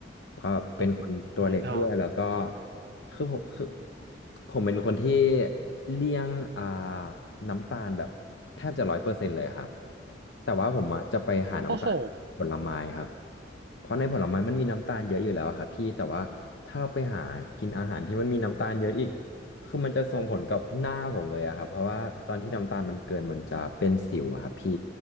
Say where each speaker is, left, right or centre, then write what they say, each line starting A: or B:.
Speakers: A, on the left; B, on the right.
A: เพราะเป็นคนตัวเล็กด้วยแล้วก็
B: โอ้ my god
A: คือผมคือผมเป็นคนที่เลี่ยงอ่าน้ำตาลแบบแทบจะร้อยเปอร์เซ็นต์เลยครับแต่ว่าผมอะจะไปหาน้ำตาลผลไม้ครับ
B: โอ้โห
A: เพราะในผลไม้มันมีน้ำตาลเยอะอยู่แล้วอะครับพี่แต่ว่าถ้าเราไปหากินอาหารที่มันมีน้ำตาลเยอะอีก คือมันจะส่งผลกับหน้าผมเลยอะครับเพราะว่าตอนที่น้ำตาลมันเกินมันจะเป็นสิวอะครับพี่